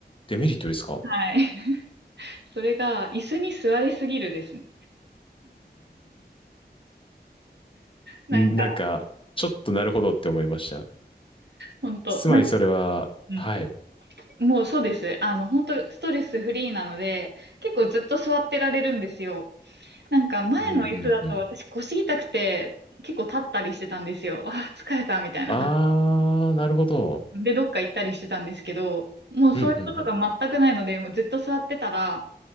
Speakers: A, on the left; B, on the right.
A: デメリットですか
B: はい。それが、椅子に座りすぎるですね。
A: <laughs>
B: なんか、
A: なんか、ちょっとなるほどって思いました。
B: 本当なんか、
A: つまりそれは、
B: うん。
A: はい。
B: もうそうです。あの、本当ストレスフリーなので、結構ずっと座ってられるんですよ。なんか、前の椅子だと私腰痛くて、
A: うん、うん、うん。
B: 結構立ったりしてたんですよ。ああ、疲れたみたいな感
A: あー、なるほど。
B: じ。で、どっか行ったりしてたんですけど、もうそういうことが全くないので、
A: うん、うん、うん。
B: もうずっと座ってたら、